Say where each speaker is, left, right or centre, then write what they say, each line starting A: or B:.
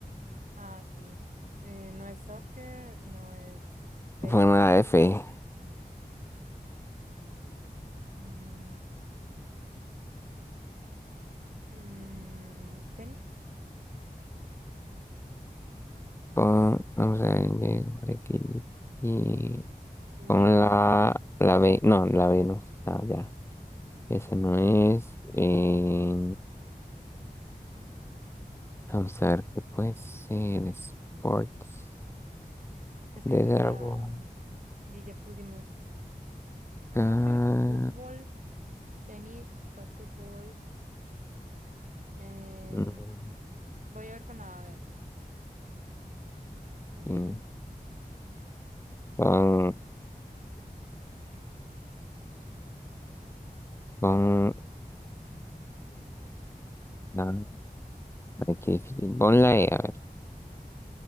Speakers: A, on the right; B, on the left.
A: Ah, sí. Eh, no es soccer, no es béisbol,
B: Fue una F.
A: mm, mm, tenis,
B: Pon, vamos a
A: no.
B: ver, llego aquí y
A: Uy,
B: pon la,
A: ¿cuál?
B: la B. No, la B no está ya. Esa no es. eh, vamos a ver qué puede ser. Sports
A: Es
B: de
A: que esta
B: algo.
A: di- ya pusimos
B: acá.
A: soccer, que fútbol, tenis, básquetbol. em,
B: Mm,
A: voy a ver con la, a ver. uf,
B: mm, Pon,
A: ¿cuál?
B: pon la. ay, qué difícil. Pon la E, a ver.